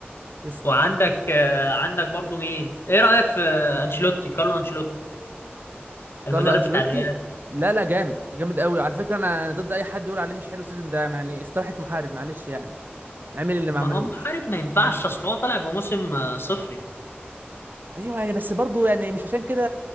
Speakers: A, on the right; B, on the left.
A: تسلم
B: وعندك آه، عندك برضه مين ايه رأيك في انشيلوتي كارلو انشيلوتي المدرب
A: كارلو انشيلوتي
B: بتاع الريال
A: لا لا جامد جامد قوي على فكره انا أنا ضد اي حد يقول عليه مش حلو السيزون ده يعني استراحه محارب معلش يعني عمل اللي
B: ما
A: ما عملوش
B: هو محارب ما ينفعش
A: ما حد
B: اصل هو طالع بموسم آه، صفري
A: ايوه يعني بس برضه يعني مش عشان كده